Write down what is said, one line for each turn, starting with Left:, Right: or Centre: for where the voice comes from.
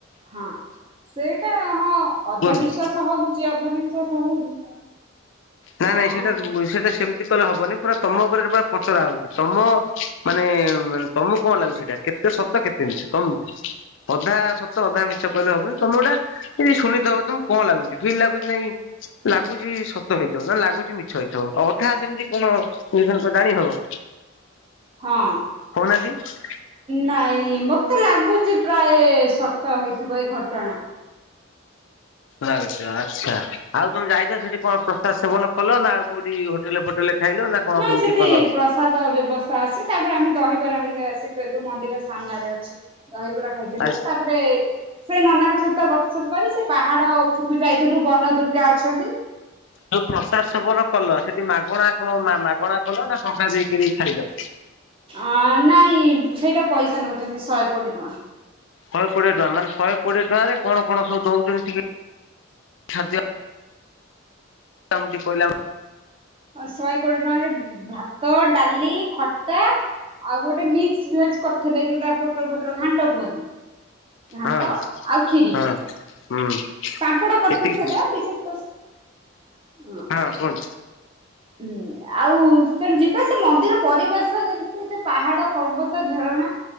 Right: ହଁ ସେଇଟା ହଁ ଅଧ
Left: କୁହନ୍ତୁ?
Right: ବିିଶ୍ଵାସ ହଉଛି ଅଧବିଶ୍ଵାସ ହଉନି
Left: ନାଇଁ ନାଇଁ
Right: ଅ
Left: ସେଟା ସେଟା ସେମିତି ହବନି ପୁରା ତମ ଉପରେ ପୁରା ପଚରା ହଉଛି ତମ ମାନେ ତମକୁ କଣ ଲାଗୁଛି ସେଇଟା କେତେ ସତ କେତେ ମିଛ ତମକୁ ଅଧା ସତ ଅଧା ମିଛ କହିଲେ ହବନି ତମେ ଗୋଟା ଶୁଣିଥବ ତମକୁ କଣ ଲାଗୁଛି ଫିଲ୍ ଲାଗୁଛି ନାଇଁ ଲାଗୁଛିତ ହେଇଥିବ ନା ଲାଗୁଚଛି ମିଛ ହେଇଥିବ ଅଧା ସେମିତି କଣ ଜାଣି ହବ?
Right: ହଁ।
Left: କହୁନାହାନ୍ତି?
Right: ନାଇଁ ମତେ ଲାଗୁଚ ପ୍ରାୟ ସତ ହେଇଥିବ ଏ ଘଟଣା।
Left: ଆଚ୍ଛା ଆଉ ତମେ ଯାଇଛ ସେଠି କଣ ପ୍ରସାର ସେବନ କଲ ନା ଆଉ କୋଉଠି ହୋଟେଲ ଖାଇଲ ନା କଣ
Right: ନାଇଁ
Left: କେମିତି
Right: ସେଠି
Left: କଲ?
Right: ପ୍ରସାଦ ବ୍ୟବସ୍ଥା ଆସି ତାପରେ ଆମେ ଦହିବରା ହେଇ ଯୋଉ ମନ୍ଦିର ସାମ୍ନାରେ ଅଛି ଦହିବରା ଖାଇଥିଲୁ
Left: ଆସ୍
Right: ତା ଆରେ ସେ ନନାଙ୍କ ସହିତ ଗନ କରି ସେ ପାହାଡ ଉପରକୁ ଯାଇଥିଲୁ ବନ ଦୁର୍ଗା ଅଛନ୍ତି।
Left: ଯୋଉ ପ୍ରସାଦ ସେବନ କଲ ସେଠି ମାଗଣା କ ମାଗଣା କଲ ନା ଟଙ୍କା ଦେଇକିରି ଖାଇଲ?
Right: ଅ ନାଇଁ ସେଇଟା ପଇସା ନେଉଛନ୍ତି ଶହେ କୋଡି ଟଙ୍କା।
Left: ଶହେ କୋଡ଼ିଏ ଟଙ୍କା ମାନେ ଶହେ କୋଏ ଟଙ୍କାରେ କଣ କଣ ସବୁ ଦଉଛନ୍ତି ଟିକେ ଖାଦ୍ୟ ଟିକେ କହିଲ?
Right: ଶହେ କୋଡିଏ ଟଙ୍କା ଭାତ ଡାଲି ଖଟା ଆଉ ଗୋଟେ ମିକ୍ସ ଭେଜ କରିଥିଲେ ଯୋଉଟା ପୋଟର ଫଟର ଘାଣ୍ଟ କୁହନ୍ତି ଘାଣ୍ଟ
Left: ହଁ
Right: ଆଉ ଖିରି
Left: ହଁ ହୁଁ
Right: ସାମ୍ପଡା କରିଥିଲୁ
Left: ଏତିକି
Right: ସେଦିନ ବିଶେଷ କରି ହ
Left: ହଁ କୁହୁ
Right: ହୁଁ। ଆଉ ତଣ ଯିବେ ସେ ମନ୍ଦିର ପରିବେଶ ଯେମତି ସେ ପାହାଡ ପର୍ବତ ଝରଣା